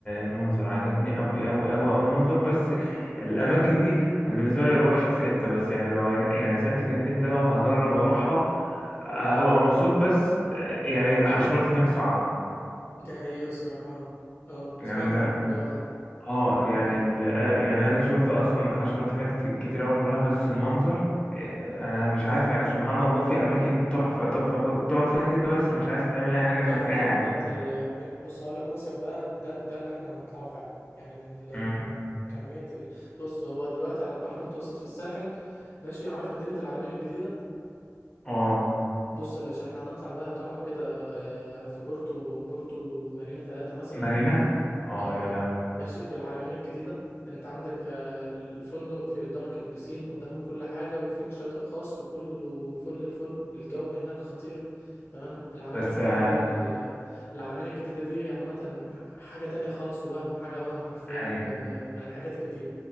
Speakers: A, on the left (about 20°); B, on the left (about 50°).
A: المنظر عجبني اوي اوي اوي اوي المنظر بس الاماكن دي أنا بالنسبه لي وحشه في حته بس يعني لو عين- يعني سانت كاترين ده لو هجرب اروحها هبقى مبسوط بس يعني الحشرات هناك صعبه
B: دي حقيقة الصراحة اه آه.
A: يعني
B: سمعت عن الموضوع ده
A: اه يعني
B: أمم.
A: ال... آه، يعني انا شفت اصلا الحشرات هناك كت- كتير قوي مرة بس المنظر آه، انا مش
B: آه.
A: عارف يعني سبحان الله في اماكن تحفة تحفة كو- تقعد فيها كده بس مش عايز تعمل اي حاجة انك
B: عارف
A: قاعد
B: أنت من ال من بص هقول لك مصيف بقى ده ده اللي احنا هنطلعه فعلا يعني من ال
A: امم
B: من كمية ال بص هو دلوقتي على البحر المتوسط في الساحل ماشي عارف مدينة العلمين الجديدة
A: اه
B: بص يا باشا احنا هنطلع بقى طلعة كده آه، في بورتو بورتو مارينا ثلاثة مثلا
A: مارينا اه
B: اه
A: يا لهوي
B: اه ماشي في العلمين الجديدة انت عندك آه، الفندق في قدامك البسين قدامك كل حاجة وفيك شاطئ خاص وكله فل الفل الجو هناك خطير تمام العلمين
A: بس
B: الجديدة
A: آه،
B: دي من ال... العلمين الجديدة دي عامة ح- حاجة تانية خالص ووهم حاجة وهم حرفيا
A: اي
B: من ال... من الحاجات اللي فيها